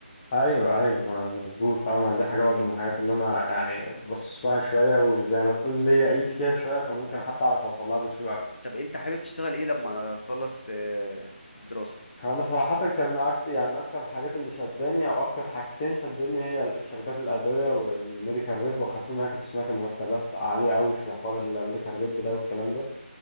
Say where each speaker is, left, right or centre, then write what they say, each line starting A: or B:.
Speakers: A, on the left; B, on the left.
A: ايوه ايوه مظبوط اه ما دي حاجه برضه من الحاجات اللي انا يعني بص لها شويه وزي ما تقول ليا ايد فيها شويه فممكن حتى اعرف اوصل لها بسهوله اكتر
B: طب انت حابب تشتغل ايه لما تخلص آه، دراسة
A: هو انا صراحه كان أكتر يعني اكتر الحاجات اللي شداني او اكتر حاجتين شدني هي شركات الادويه والميديكال ريب وخاصه ان انا كنت سمعت مرتبات عاليه قوي في حوار الميديكال ريب ده والكلام ده